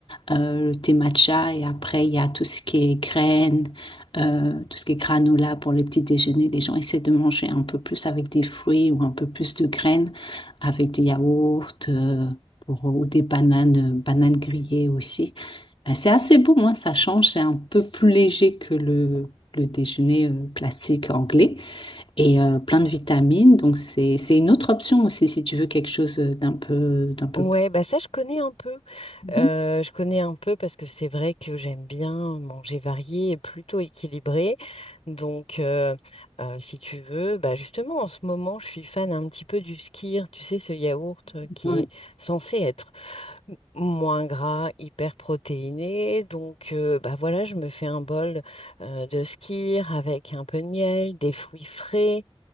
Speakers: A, on the left (about 55°); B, on the left (about 75°).
A: euh, le thé matcha, et après, il y a tout ce qui est graines, euh, tout ce qui est granola pour les petits déjeuners. Les gens essaient de manger un peu plus avec des fruits ou un peu plus de graines, avec des yaourts, euh, pour, ou des bananes, euh, bananes grillées aussi. Euh, C'est assez bon, hein, ça change, c'est un peu plus léger que le le déjeuner euh, classique anglais et euh, plein de vitamines. Donc c'est c'est une autre option aussi si tu veux quelque chose euh, d'un peu d'un peu.
B: Ouais, bah ça je connais un peu.
A: Mhm.
B: Euh, je connais un peu parce que c'est vrai que j'aime bien manger varié et plutôt équilibré. Donc, euh, euh, si tu veux, bah justement en ce moment je suis fan un petit peu du skyr. Tu sais ce yaourt euh, qui
A: ouais.
B: est censé être m- moins gras, hyper protéiné. Donc, euh, bah voilà, je me fais un bol euh, de skyr avec un peu de miel, des fruits frais.